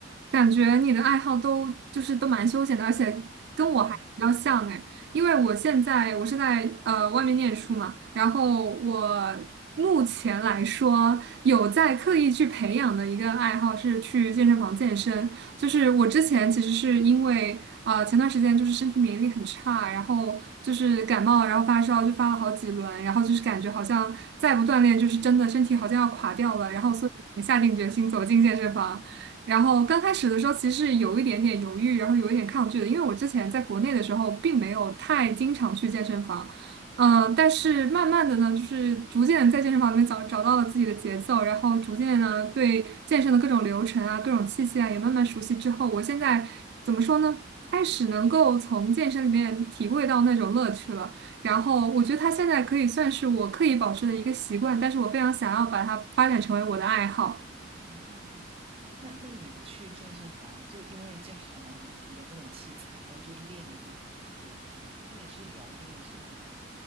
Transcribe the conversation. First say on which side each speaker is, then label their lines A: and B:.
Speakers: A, on the right; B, on the right.
A: 感觉你的爱好都就是都蛮休闲的，而且跟我还比较像哎，
B: 对，
A: 因为我现在我是在呃外面念书嘛，然后我目前来说有在刻意去培养的一个爱好是去健身房健身，就是我之前其实是因为呃前段时间就是身体免疫力很差，然后就是感冒，然后发烧就发了好几轮，然后就是感觉好像再不锻炼就是真的身体好像要垮掉了，然后所以才下定决心走进健身房。然后刚开始的时候，其实是有一点点犹豫，然后有一点抗拒的，因为我之前在国内的时候，并没有太经常去健身房，嗯、但是慢慢的呢，就是逐渐在健身房里面找找到了自己的节奏，然后逐渐呢，对健身的各种流程啊、各种器械啊，也慢慢熟悉之后，我现在怎么说呢？开始能够从健身里面体会到那种乐趣了，然后我觉得它现在可以算是我刻意保持的一个习惯，但是我非常想要把它发展成为我的爱好。
B: 嗯。那那你去健身房，就因为健身房很很多不同器材，然后就练的地方可能不一样。那你是主要练是可能